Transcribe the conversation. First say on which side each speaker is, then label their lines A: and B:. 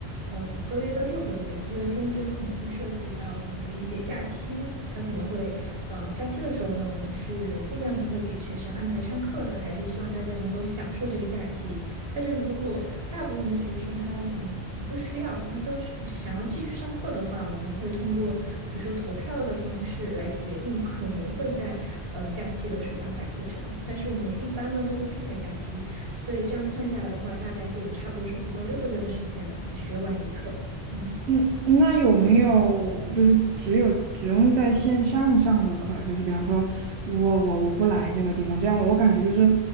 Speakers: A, on the right (about 65°); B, on the right (about 85°).
A: 呃，五个月到六个月，因为中间可能会涉及到我们的一些假期，它可能会，呃，假期的时候呢，我们是尽量不会给学生安排上课的，还是希望大家能够享受这个假期，但是如果大部分的学生他嗯不需要，他都是想要继续上课的话，我们会通过比如说投票的方式来决定可能会在呃假期的时候安排课程。但是我们一般呢都会避开假期，所以这样算下来的话，大概就差不多是五到六个月的时间学完一册。嗯。
B: 嗯，那有没有就是只有只用在线上上的课啊？就是比方说我我我不来这个地方，这样我感觉就是，